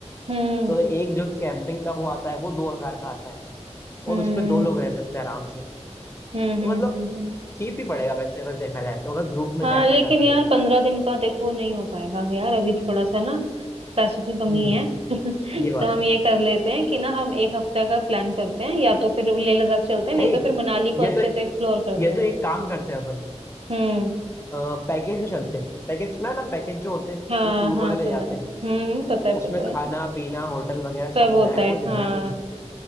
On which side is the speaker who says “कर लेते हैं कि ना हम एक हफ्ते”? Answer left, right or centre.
Right